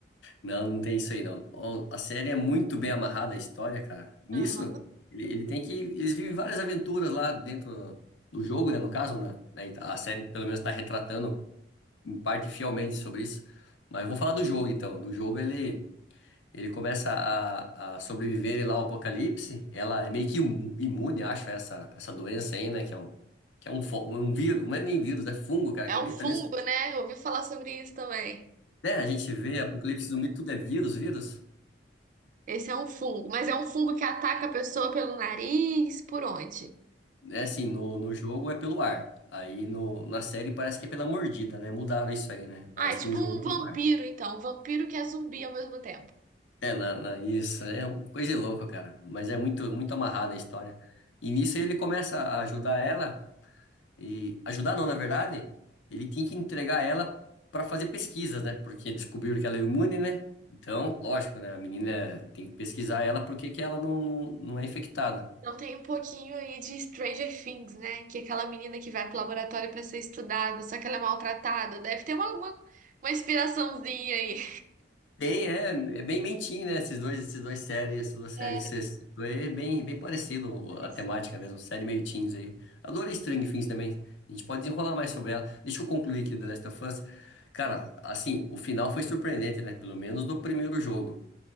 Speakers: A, on the left; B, on the right.
A: Não, não tem isso aí, não. Ó, A série é muito bem amarrada, a história, cara. Nisso,
B: Aham.
A: ele, ele tem que. Eles vivem várias aventuras lá dentro do jogo, né? No caso, né? Né, A série, pelo menos, está retratando, em parte, fielmente sobre isso. Mas eu vou falar do jogo, então. Do jogo, ele. Ele começa a, a sobreviver lá ao apocalipse. Ela
B: aham.
A: é meio que imu- imune, acho, a essa, essa doença aí, né? Que é um, que é um, fo- um vírus, não é nem vírus, é fungo, cara,
B: É
A: acredita
B: um fungo,
A: nisso?
B: né? Eu ouvi falar sobre isso também.
A: É, a gente vê apocalipse zumbi, tudo é vírus, vírus.
B: Esse é um fungo, mas é um fungo que ataca a pessoa pelo nariz, por onde?
A: É assim, no, no jogo é pelo ar. Aí no, na série parece que é pela mordida, né? Mudaram isso aí, né?
B: Ah,
A: Mas
B: é tipo
A: no jogo
B: um
A: é
B: vampiro,
A: pelo ar.
B: então. Um vampiro que é zumbi ao mesmo tempo.
A: É, na, na- isso, é uma coisa de louco, cara. Mas é muito, muito amarrada a história. E nisso ele começa a ajudar ela. E ajudar não, na verdade, ele tinha que entregar ela para fazer pesquisas, né? Porque descobriram que ela é imune, né? Então, lógico, né? A menina tem que pesquisar ela porque que ela não, não, não é infectada.
B: Então tem um pouquinho aí de Stranger Things, né? Que é aquela menina que vai pro laboratório pra ser estudada, só que ela é maltratada. Deve ter uma, uma, uma inspiraçãozinha aí.
A: Tem, é, é bem mentinho, né? Esses dois, esses dois séries, essas duas séries
B: É,
A: que você citou, é bem, bem parecido
B: parece.
A: a temática mesmo, série meio teens aí. Adorei Stranger Things também. A gente pode desenrolar mais sobre ela. Deixa eu concluir aqui The Last of Us. Cara,
B: Tá. <laughs>
A: assim, o final foi surpreendente, né? Pelo menos do primeiro jogo.